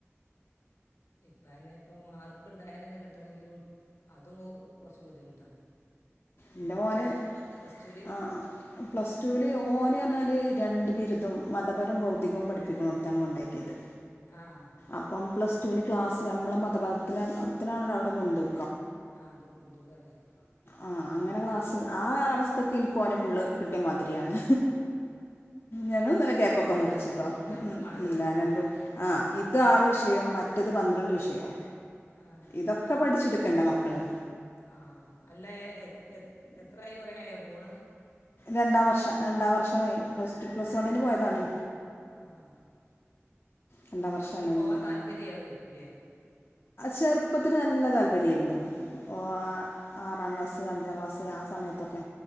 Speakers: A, on the left (about 80°); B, on the left (about 50°).
A: ഇപ്പ തന്നെ ഇപ്പൊ മാർക്ക് ഇണ്ടായൽ തന്നെ കിട്ടണെങ്കിലും അതും കുറച്ച് ബുദ്ധിമുട്ടാ.
B: എന്റെ മോന്
A: ടുവിൽ
B: ആ പ്ലസ് ടൂല് ഓന്പറഞ്ഞാല് രണ്ട് ബിരുദും മതപരം ഭൗതികവും പഠിപ്പിക്കുന്നോട്ത്താണ് കൊണ്ടാക്കിയത്.
A: ആ
B: അപ്പം പ്ലസ് ടുവിന് ക്ലാസ് നമ്മളെ മതപാതത്തിനാണല്ലോ അവിടെ മുൻ തൂ
A: ആതും മുൻതൂക്കം അവിടെ
B: ആ അങ്ങനെ ക്ലാസ്സ് ആ അവസ്ഥത്തക്ക് ഇൻക്ക് ഓന് ഫുള്ള് കിട്ടിയ മാതിരിയാണ്. ഞങ്ങള് ഇന്നലെ കേക്കൊക്കെ
A: രണ്ടും കൂടെ
B: മുറിച്ച്ട്ടോ
A: ആകുമ്പോൾ രണ്ടും
B: ഉം
A: വേണമല്ലോ
B: ഉം
A: പഠിക്കുക
B: ഞാന് രണ്ടും ആ ആറ് വിഷയം മറ്റത് പന്ത്രണ്ട് വിഷയൊ
A: ആ
B: ഇതൊക്കെ പഠിച്ചട് ക്കണ്ടെ മക്കള്
A: ആ അല്ല എ എ എത്രായി കൊറെ ആയോ പോണ്
B: രണ്ടാം വർഷം രണ്ടാം വർഷം ഏ പ്ലസ് ടു
A: ആ
B: പ്ലസ് വണ്ണിന് പോയതാണ്
A: ആ
B: രണ്ടാം
A: ഇനി
B: വർഷ
A: അങ്ങനെ
B: അണഞ്ഞു
A: പോവാൻ താല്പര്യമായിരിക്കൂലേ
B: ചെറുപ്പത്തില് നല്ല താ ല്പര്യേരുന്നു ഓ ആ ആറാം ക്ലാസ്സ് ക്സ് അഞ്ചാം ക്ലാസ് ആ സമയത്തൊക്കെ